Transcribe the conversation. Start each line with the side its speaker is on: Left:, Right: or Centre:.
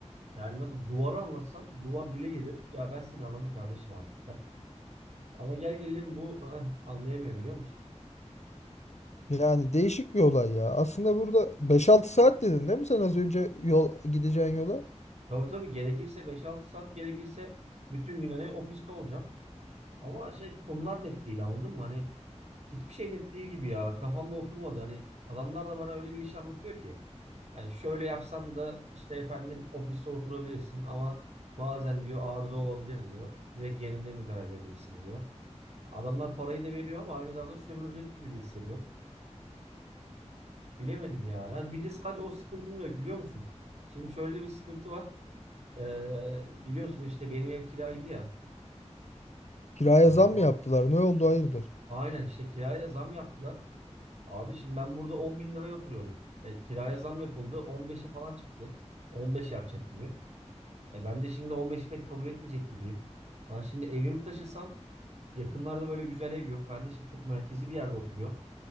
Right: Yani nasıl duvara anlatsam duvar dile gelir. Ya ben seni anladım kardeşim artık der. Ama gel gelelim bu ıh, anlayamıyor biliyor musun?
Left: Yani değişik bir olay ya. Aslında burada beş altı saat dedin değil mi sen az önce yol gideceğin yola?
Right: Tabii tabii gerekirse beş altı saat gerekirse bütün gün hani ofiste olacağım. Ama şey konular net değil anladın mı? Hani hiçbir şey net değil gibi ya. Kafamda oturmadı. Hani adamlar da bana öyle bir iş anlatıyor ki. Yani şöyle yapsan da işte efendim ofiste oturabilirsin ama bazen diyor arıza olabilir diyor. Direkt yerinde müdahale edebilirsin diyor. Adamlar parayı da veriyor ama aynı zamanda sömürecek gibi de hissediyorum. Bilemedim ya. Yani bir de sadece o sıkıntım da yok biliyor musun? Şimdi şöyle bir sıkıntı var. Ee, biliyorsun işte benim ev kiraydı ya.
Left: Kiraya
Right: Hani
Left: zam
Right: baba
Left: mı yaptılar? Ne oldu hayırdır?
Right: aynen işte kiraya da zam yaptılar. Abi şimdi ben burada 10 bin liraya oturuyordum. E, kiraya zam yapıldı. 15'e falan çıktı. 15 yapacak gibi. E, ben de şimdi 15 pek kabul etmeyecek gibiyim. Ben şimdi evimi taşısam yakınlarda böyle güzel ev yok. Ben de şimdi çok merkezi bir yerde oturuyorum.